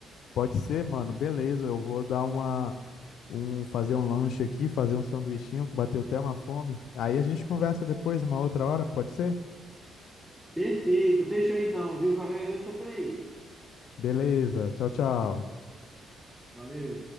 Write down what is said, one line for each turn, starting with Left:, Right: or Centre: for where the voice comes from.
Left: Pode ser, mano, beleza, eu vou dar uma, um, fazer um lanche aqui, fazer um sanduichinho, bateu até uma fome. Aí a gente conversa depois, uma outra hora, pode ser?
Centre: Perfeito, fechou então, viu? Qualquer coisa estou por aí.
Left: Beleza, tchau, tchau.
Centre: Valeu.